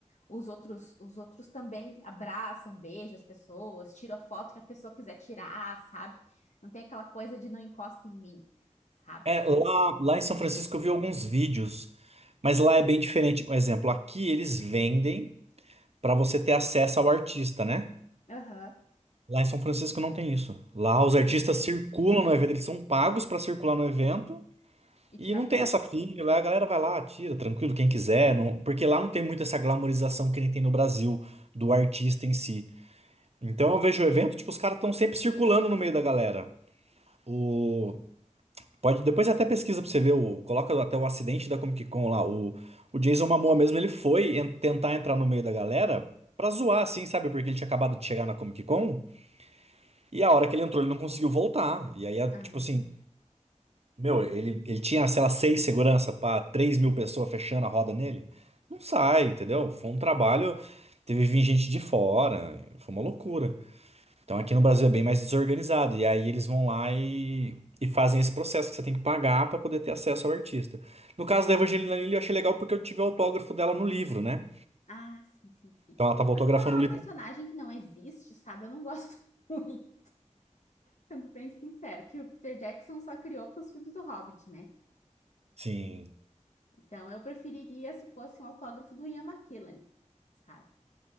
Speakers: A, on the left; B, on the right.
A: os outros, os outros também abraçam, beijam as pessoas, tiram a foto que a pessoa quiser tirar, sabe? Não tem aquela coisa de não encosta em mim, sabe?
B: É, lá, lá em São Francisco eu vi alguns vídeos, mas lá é bem diferente. Um exemplo, aqui eles vendem para você ter acesso ao artista, né?
A: Aham.
B: Lá em São Francisco não tem isso. Lá os artistas
A: Hum.
B: circulam no evento, eles são pagos para circular no evento
A: E
B: e
A: tirar
B: não tem
A: foto.
B: essa fila, Lá a galera vai lá, tira, tranquilo, quem quiser, não- porque lá não tem muito essa glamorização que nem tem no Brasil do artista em si. Então eu vejo o evento, tipo, os caras estão sempre circulando no meio da galera. O Pode, depois até pesquisa pra você ver, o, coloca até o acidente da Comic Con lá. O, o Jason Momoa mesmo, ele foi en- tentar entrar no meio da galera pra zoar, assim, sabe? Porque ele tinha acabado de chegar na Comic Con e a hora que ele entrou ele não conseguiu voltar. E aí, é, tipo
A: Ah,
B: assim, meu, ele, ele tinha, sei lá, seis segurança pra três mil pessoas fechando a roda nele. Não sai, entendeu? Foi um trabalho, teve vir gente de fora, foi uma loucura. Então aqui no Brasil é bem mais desorganizado. E aí eles vão lá e, e fazem esse processo que você tem que pagar para poder ter acesso ao artista. No caso
A: sim.
B: da Evangelina Lilly, eu achei legal porque eu tive o autógrafo dela no livro, né?
A: Ah, sim, sim, sim.
B: Então ela tava autografando
A: Mas como ela é
B: o
A: uma
B: livro.
A: personagem que não existe, sabe? Eu não gosto <laughs> muito, sendo bem sincero, que o Peter Jackson só criou para os filmes do Hobbit, né?
B: Sim.
A: Então eu preferiria se fosse um autógrafo do Ian McKellen, sabe?